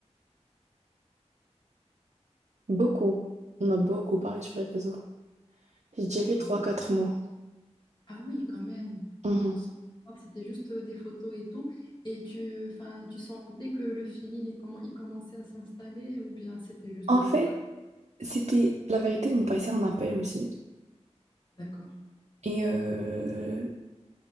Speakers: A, on the right (about 70°); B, on the left (about 40°).
A: beaucoup. On a beaucoup parlé sur les réseaux. Je
B: D'accord.
A: dirais trois quatre mois.
B: Ah oui, quand même.
A: Mhm.
B: Sans savoir que C'était juste euh, des photos et tout. Et tu, enfin, tu sentais que le feeling, il, comment il commençait à s'installer ou bien c'était juste
A: En
B: euh,
A: fait,
B: par...
A: c'était la vérité, on passait un appel aussi.
B: D'accord.
A: Et euh,